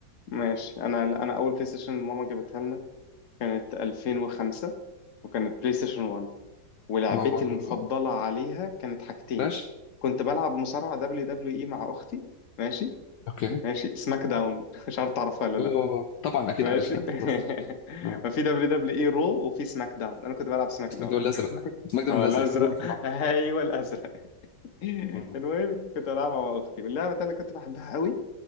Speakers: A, on the left; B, on the left.
A: ماشي انا انا اول بلاي ستيشن ماما جابتها لنا كانت 2005 وكانت بلاي ستيشن 1 ولعبتي
B: ما هو وان
A: المفضلة
B: برضه آه.
A: عليها كانت حاجتين
B: ماشي
A: كنت بلعب مصارعة دبليو دبليو اي مع اختي ماشي
B: اوكي
A: ماشي سماك داون <laughs> مش عارف تعرفها ولا لا
B: اه طبعا اكيد
A: ماشي
B: عارفها انت
A: <laughs>
B: لازم. آه.
A: ما في دبليو دبليو اي رو وفي سماك داون انا كنت بلعب سماك
B: اسمك
A: داون
B: ده ولا الازرق
A: <laughs>
B: اسمك ده
A: اه
B: ولا الازرق
A: الازرق
B: رول كان معاك
A: ايوه الازرق <laughs>
B: مم.
A: المهم كنت بلعبها مع اختي واللعبه التانيه اللي كنت بحبها قوي